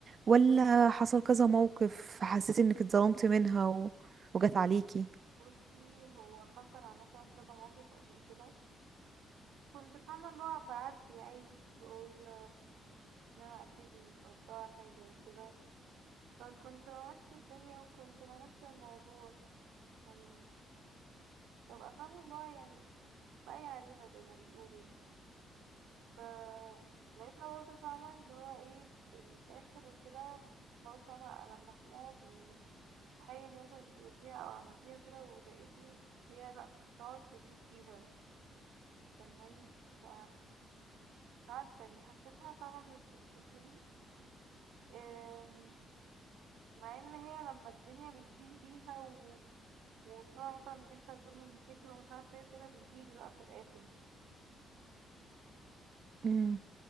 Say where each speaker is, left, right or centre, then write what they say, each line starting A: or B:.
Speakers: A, on the right; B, on the right.
A: ولا حصل كذا موقف حسيتي انك اتظلمتي منها و... وجت عليكي
B: بصي هو حصل عامة كذا موقف قبل كده كنت فاهمة اللي هو بعدي عادي بقول ان انا اكيد مش قصدها حاجة وكده فكنت بمشي الدنيا وكنت بمشي الموضوع عشان ببقى فاهمة اللي هو يعني بقى عليها زي ما بيقولوا ف لقيتها برضه فاهمة اللي هو ايه بتتأثر وكده حاولت فاهمة ألمح لها يعني الحاجة دي مثلا انتي قلتيها أو عملتيها كده وضايقتني هي لأ بتقعد تزيد فيها فاهماني ف مش عارفة يعني حسيتها فاهمة مش بتحبني أم، مع إن هي لما الدنيا بتضيق بيها و... وفاهمة مثلا نفسي أجيب من مشاكل ومش عارفة ايه كده بتجيلي بقى في الآخر
A: مم.